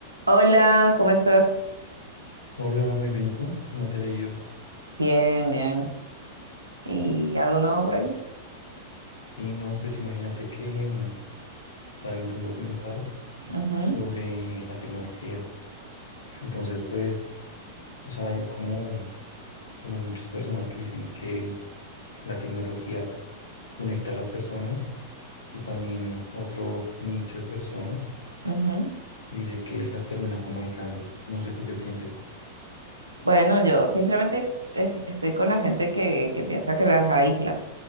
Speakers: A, on the right; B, on the left.
A: Hola, ¿cómo estás?
B: Hola, muy bien, ¿y tú? ¿Cómo te ha ido?
A: Bien, bien. ¿Y algo nuevo por ahí?
B: Sí, no, pues imagínate que mm, estaba viendo un documental
A: Ujú,
B: sobre la tecnología. Entonces, pues, o sea, hay como, mm, como muchas personas que dicen que la tecnología conecta a las personas y también otro nicho de personas
A: ujú.
B: dice que las termina como aislando. No sé tú qué pienses.
A: Bueno, yo sinceramente eh, estoy con la gente que, que piensa que las aísla,